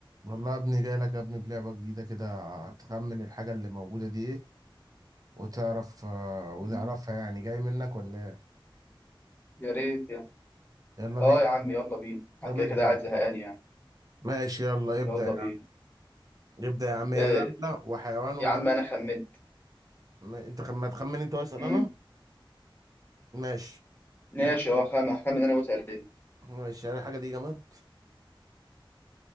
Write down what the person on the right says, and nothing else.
والله يا ابني جاي لك يا ابني بلعبة جديدة كده هتخمن الحاجة اللي موجودة دي ايه وتعرف آه، ونعرفها
يعني جاي منك ولا ايه
يلا
بينا
طب
ابدأ
ماشي يلا ابدأ
يا
عم ابدأ يا عم يا
دولة وحيوان وجماد
ما- انت خم... ما تخمن انت واسأل
انا ماشي
ها
ماشي هل الحاجة دي جماد